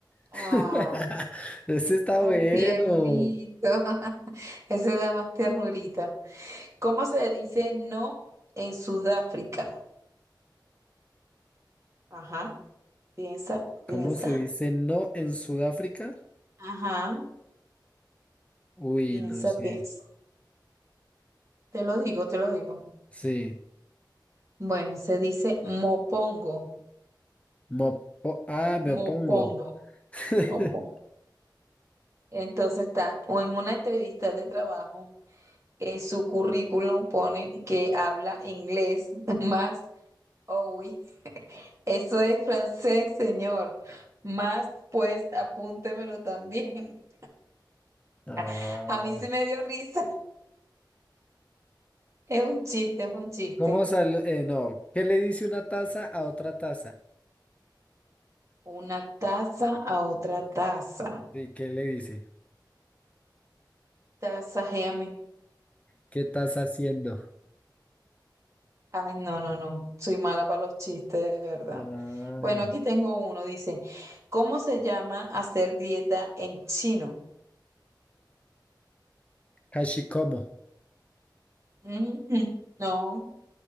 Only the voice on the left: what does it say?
<laughs> Ese está
bueno.
¿Cómo se dice no en Sudáfrica?
Uy,
no sé.
Sí.
Mo- po- ah, me
opongo. <laughs>
Ah,
¿cómo sal- eh, no, ¿qué le dice una taza a otra taza?
Sí, ¿qué le dice?
¿Qué estás haciendo?
Ay.
Hashikomo,